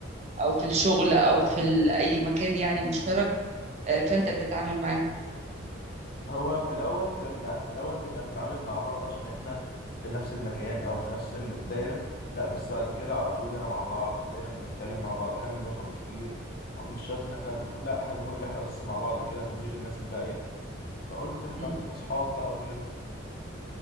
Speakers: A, on the right; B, on the left.
A: او في الشغل او في ال- اي مكان يعني مشترك آه، فانت بتتعامل معاهم
B: هو في الأول كنا في الأول كنا بنتعامل مع بعض عشان إحنا في نفس المكان أو في نفس الدايرة لا بس بعد كده على طول بينا مع بعض دايما بنتكلم مع بعض أحيانا بنخرج كتير مش شرط إن إحنا بنخرج لا إحنا بنخرج إحنا بس مع بعض كده من غير الناس الباقية فقلت إحنا
A: مم.
B: بقينا صحاب بقى وكده